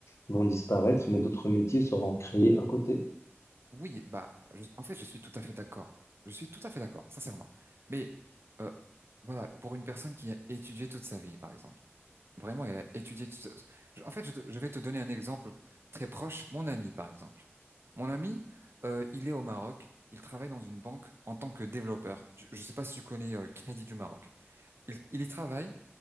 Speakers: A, on the left; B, on the right.
A: vont disparaître, mais d'autres métiers seront créés à côté.
B: oui, bah, je- en fait, je suis tout à fait d'accord. Je suis tout à fait d'accord, sincèrement. Mais euh, voilà, pour une personne qui a étudié toute sa vie, par exemple Vraiment, il a étudié. tout ça. Je- En fait, je, te- je vais te donner un exemple très proche. Mon ami, par exemple. Mon ami, euh, il est au Maroc. Il travaille dans une banque en tant que développeur. Je ne sais pas si tu connais euh, Crédit du Maroc. Il, il y travaille